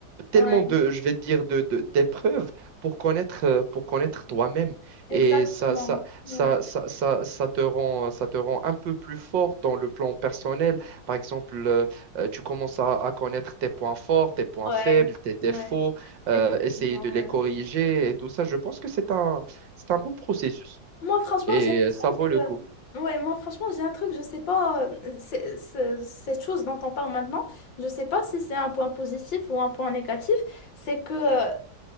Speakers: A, on the right (about 75°); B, on the left (about 75°).
A: tellement
B: Ouais,
A: de, je vais dire, de, de- d'épreuves pour connaître, euh, pour connaître toi-même.
B: exactement.
A: Et ça, ça, ça,
B: Ouais,
A: ça, ça, ça te rend, ça te rend un peu plus fort dans le plan personnel. Par exemple, euh, euh, tu commences à, à connaître tes points forts, tes points
B: ouais.
A: faibles, tes défauts,
B: ouais.
A: euh,
B: Effectivement,
A: essayer de les
B: ouais.
A: corriger et tout ça. Je pense que c'est un, c'est un beau processus
B: Moi, franchement,
A: et
B: j'ai un
A: euh,
B: truc.
A: ça vaut le
B: euh,
A: coup.
B: Ouais, moi, franchement, j'ai un truc, je sais pas. euh, c'est- c'est- cette chose dont on parle maintenant, je sais pas si c'est un point positif ou un point négatif. C'est que euh,